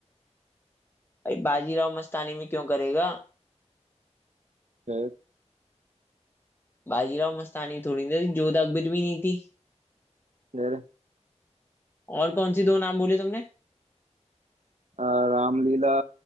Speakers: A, on the left; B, on the right.
A: भाई बाजीराव मस्तानी में क्यों करेगा
B: फिर
A: बाजीराव मस्तानी थोड़ी ना थी जोधा अकबर भी नहीं थी
B: फिर
A: और कौन सी दो नाम बोले तुमने
B: अ, रामलीला